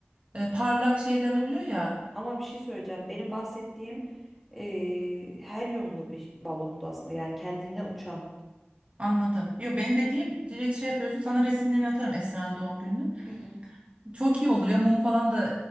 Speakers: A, on the right; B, in the centre.
A: E, parlak şeyler oluyor ya.
B: Ama bir şey söyleyeceğim. Benim bahsettiğim eee, helyumlu bir balondu aslında. Yani kendinden uçan.
A: Anladım. Yo benim dediğim direkt şey yapıyorsun. Sana resimlerini atarım Esra'nın doğum gününün.
B: Hı hı.
A: Çok iyi olur ya mum falan da